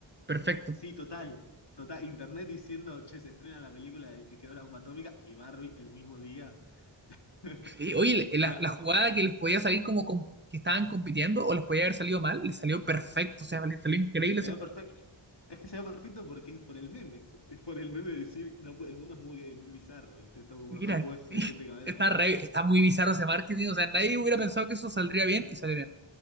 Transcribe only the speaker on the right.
perfecto.
Sí, oye, le- eh, la,
la jugada que les podía salir como com- que estaban compitiendo o les podía haber salido mal, les salió perfecto, o sea, les salió increíble
esa
jugada.
Mira,
está,
re- está muy bizarro ese marketing, o sea, nadie hubiera pensado que eso saldría bien y salió bien.